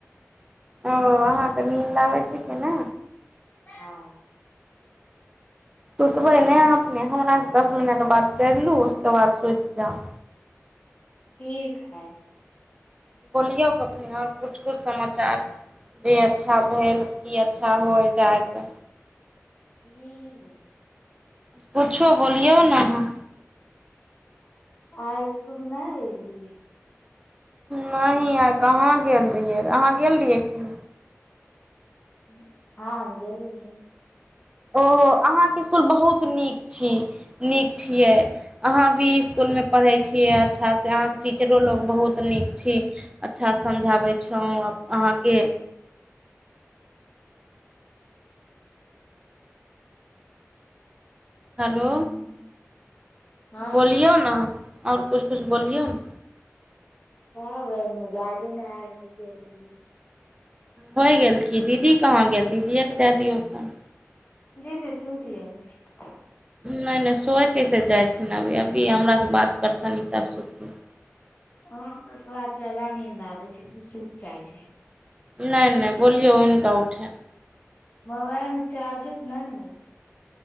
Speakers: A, on the right (about 20°); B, on the left (about 35°).
A: ओ अहाँके नीन्द आबैत छी केना
B: हँ
A: सुतबै ने नहि हमरास से दस मिनट बात कर लू उसके बाद सोति जाउ
B: ठीक है
A: बोलियौक अपने आओर किछु किछु समाचार जे अच्छा भेल ई अच्छा होइ जाइत
B: ह बोै <unintelligible>
A: कुछो बोलियौ ने अहाँ
B: आइ इस्कूल नहि एलिए
A: नहि आइ कहाँ गेल रहियै अहाँ गेल रहियै की
B: हुँ हाँ हम गेल रहियै
A: ओहो अहाँके इस्कूल बहुत नीक छी नीक छियै अहाँ भी इस्कूल मे पढ़ै छियै अच्छासँ अहाँके टीचरो लोक बहुत नीक छी अच्छासँ समझाबै छौँ अहाँके
B: रहियै
A: हेलो
B: हँ
A: बोलियौ न आओर कुछ कुछ बोलियौ न
B: हँ भै गाज ने आ <unintelligible>
A: होइ गेल की दीदी कहाँ गेल दीदिएके दए दियौ फोन
B: जी जी सुनट ह <unintelligible>
A: नहि नहि सोय कैसे जयथिन अभी अभी हमरासँ बात करथिन ई तब सुतथिन
B: हँ ओकरा ज्यादा नींद आबै छै से सुत जाइ छै
A: नहि नहि बोलियौ हुनका उठे
B: मोबाइल मे चार्जरज नै न हइ